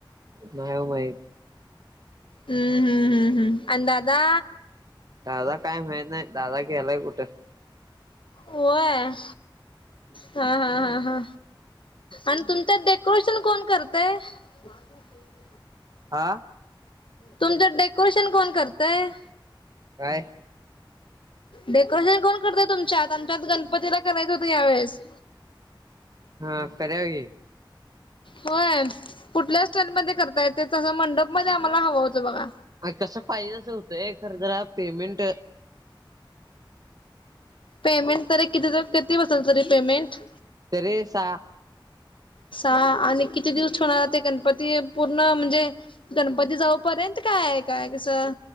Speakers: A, on the right; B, on the left.
A: नाही ओ माहीत.
B: हम्म हम्म हम्म आण दादा
A: दादा काय माहित नाही दादा गेलाय कुठे?
B: होय?
A: हम्.
B: हा हा हा हा आणि तुमच डेकोरेशन कोण करतय? <inaudible>
A: हा.
B: तुमचं डेकोरेशन कोण करतय?
A: काय?
B: डेकोरेशन कोण करत तुमच्यात? आमच्यात गणपतीला करायचं होतं ह्या वेळेस.
A: हा करल की.
B: होय कुठल्या स्टाईलमध्ये करता येते? तसं मंडपमध्ये आम्हाला हवं होतं बघा.
A: कसं पाहिज तस होतंय खर तर पेमेंट
B: पेमेंट तरी किती जपताय दिवसांचं जर पेमेंट
A: तरी सहा
B: सहा आणि किती दिवस ठेवणारे ते गणपती पूर्ण म्हणजे गणपती जाऊ पर्यंत काय काय कसं